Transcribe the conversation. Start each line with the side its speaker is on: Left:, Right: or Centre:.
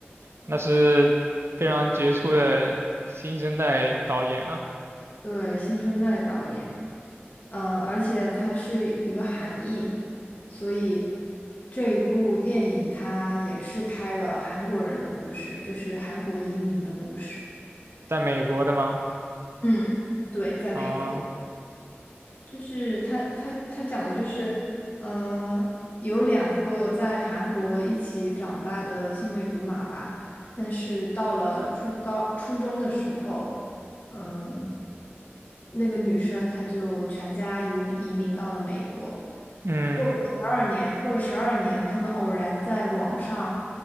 Right: 那是非常杰出的新生代导演啊，
Left: 对，新生代导演，呃，而且它是一个韩裔，所以这一部电影它也是拍了韩国人的故事，就是韩国移民的故事。
Right: 在美国的吗？
Left: 嗯，对，在美国。
Right: 啊、
Left: 就是他他他讲的就是，嗯，有两个在韩国一起长大的青梅竹马吧，但是到了初高初中的时候，嗯，那个女生她就全家移民移民到了美国，
Right: 嗯
Left: 过了十二年，过了十二年，他们偶然在网上，